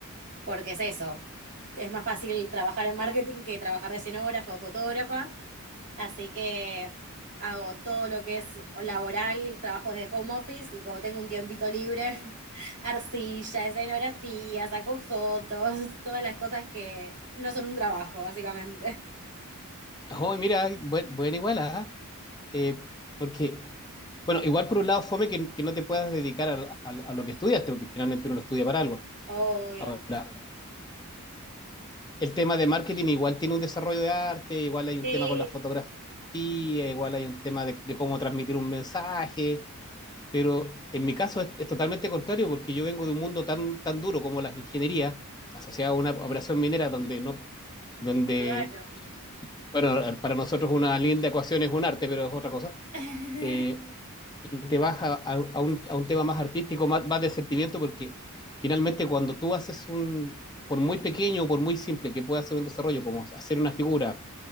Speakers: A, on the right (about 40°); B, on the left (about 20°).
A: porque es eso. Es más fácil trabajar en marketing que trabajar de escenógrafa o fotógrafa. Así que hago todo lo que es laboral, trabajos de home office y cuando tengo un tiempito libre, <laughs> arcilla, escenografía, saco fotos, todas las cosas que no son un trabajo, básicamente.
B: Oh, mira, buen, buena igual, ¿ah? eh, porque, bueno, igual por un lado fome que, que no te puedas dedicar a, a- a lo que estudiaste, porque finalmente uno lo estudia para algo.
A: Obvio.
B: Ahora, el tema de marketing igual tiene un desarrollo de arte, igual hay un
A: Sí,
B: tema con la fotografía, igual hay un tema de, de cómo transmitir un mensaje, pero en mi caso es, es totalmente contrario, porque yo vengo de un mundo tan, tan duro como las ingenierías, asociado a una operación minera donde no, donde,
A: claro.
B: bueno, para nosotros una linda ecuación es un arte, pero es otra cosa.
A: <laughs>
B: Eh, y te vas a, a a, un, a un tema más artístico, más, más de sentimiento, porque finalmente cuando tú haces un, por muy pequeño o por muy simple que pueda ser un desarrollo, como hacer una figura